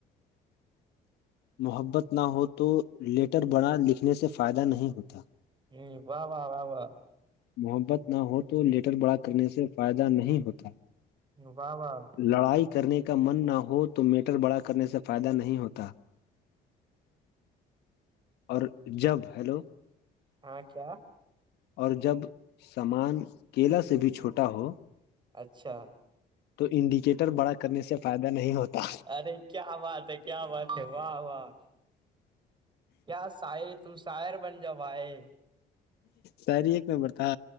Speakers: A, on the left; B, on the right.
A: محبت نہ ہو تو لیٹر بڑا لکھنے سے فائدہ نہیں ہوتا
B: ہ و واہ و و
A: محبت نہ ہو تو لیٹر بڑا کرنے سے فائدہ نہیں ہوتا
B: بابا
A: لڑائی کرنے کا من نہ ہو تو میٹر بڑا کرنے سے فائدہ نہیں ہوتا اور جب ہیلو
B: ہاں کیا
A: اور جب سامان کیلا سے بھی چھوٹا ہو
B: اچھا
A: تو انڈیکیٹر بڑا کرنے سے فائدہ نہیں ہوتا
B: ارے کیا بات ہے کیا بات ہے واہ واہ کیا شاعر تم شاعر بن جاؤ آائے
A: ساری ایک نمبر تھا